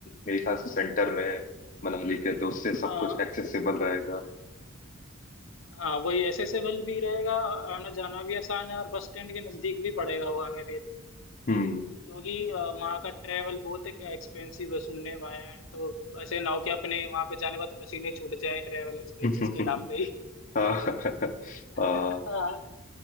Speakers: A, on the left; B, on the left.
A: मेरे ख्याल से सेंटर में है मनाली के तो उससे सब
B: हाँ
A: कुछ एक्सेसिबल रहेगा
B: हाँ वही एसेसेबल भी रहेगा आना जाना भी आसान है और बस स्टैंड के नज़दीक भी पड़ेगा वो हमें फिर
A: हम्म
B: क्योंकि अ, वहाँ का ट्रेवल बहुत एक एक्सपेंसिव है सुनने में आया है तो ऐसे ना हो कि अपने वहाँ पे जाने के बाद पसीने छूट जाए ट्रेवल एक्सपेंसेस
A: <laughs>
B: के नाम पे ही
A: हाँ
B: <laughs>
A: हाँ